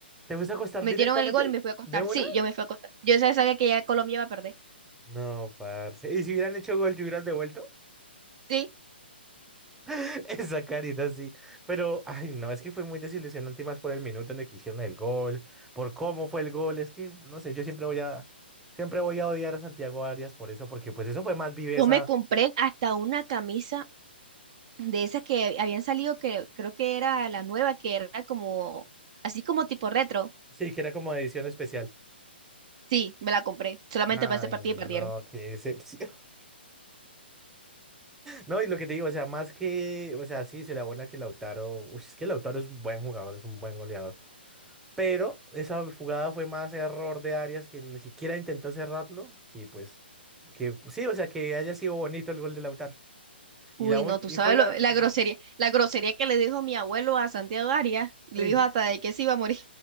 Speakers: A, in the centre; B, on the right.
A: ¿Te fuiste a acostar
B: Metieron
A: directamente?
B: el gol y me fui a acostar.
A: ¿De una?
B: Sí, yo me fui a acostar. Yo ya sabía que ya Colombia iba a perder.
A: No, parce. ¿Y si hubieran hecho gol, te hubieras devuelto?
B: Sí,
A: <laughs> Esa carita, sí. Pero, ay, no, es que fue muy desilusionante y más por el minuto en el que hicieron el gol, por cómo fue el gol. Es que, no sé, yo siempre voy a, siempre voy a odiar a Santiago Arias por eso, porque pues eso fue más viveza.
B: yo me compré hasta una camisa de esas que habían salido, que creo que era la nueva, que era como, así como tipo retro.
A: Sí, que era como de edición especial.
B: Sí, me la compré, solamente
A: Ay,
B: para ese partido
A: no,
B: y perdieron.
A: qué decepción. <laughs> No, y lo que te digo, o sea, más que, o sea, sí, se le abona que Lautaro, uy, es que Lautaro es un buen jugador, es un buen goleador. Pero esa jugada fue más error de Arias que ni siquiera intentó cerrarlo, que pues, que sí, o sea, que haya sido bonito el gol de Lautaro. Y,
B: Uy,
A: la, un-
B: no, tú
A: y
B: sabes
A: fue la...
B: lo- la grosería, la grosería que le dijo mi abuelo a Santiago Arias, le
A: Uy.
B: dijo hasta de que se iba a morir.